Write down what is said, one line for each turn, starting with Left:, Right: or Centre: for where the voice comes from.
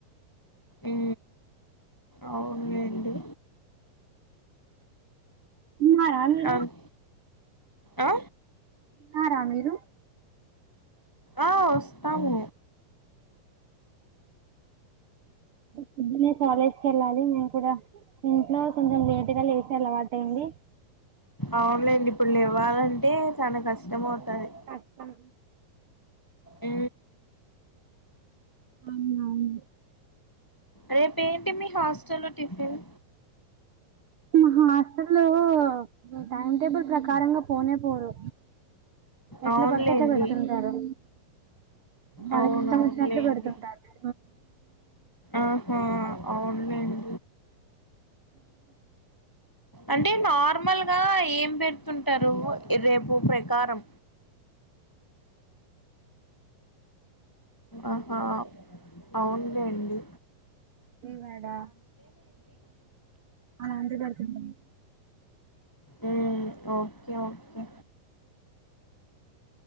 Left: ఉ అవునులెండీ
Right: తిన్నా రా మీరు
Left: అన్ ఆ
Right: తిన్నా రా మీరు
Left: ఆ వస్తాము
Right: పొద్దున్నే కాలేజీకి వెళ్ళాలి ఇప్పుడు ఇంట్లో కొంచెం లేటుగా లేచే అలవాటు అయింది
Left: అవునలేండి ఇప్పుడు లేవ్వాలంటే చాలా కష్టం
Right: కొంచెం
Left: అవుతది
Right: కష్టం
Left: ఉ
Right: అవునవును.
Left: రేపు ఏంటి మీ హాస్టల్లో టిఫిన్
Right: మా హాస్ట లో టైమ్ టేబుల్ ప్రకారంగా పోనే పోడు ఎట్లా
Left: అవునులేండి
Right: పడితే అట్లా పెడుతుంటారు వాళ్ళకి
Left: అవునవునులేండి
Right: ఇష్టం వచ్చినట్లు పెడుతుంటారు
Left: ఆహా అవును లేండి అంటే నార్మల్గా ఏం పెడుతుంటారు రేపు ప్రకారం ఆహా అవును లేండి
Right: వాేడా అంత బడుతు <unintelligible>
Left: ఉం ఓకే ఓకే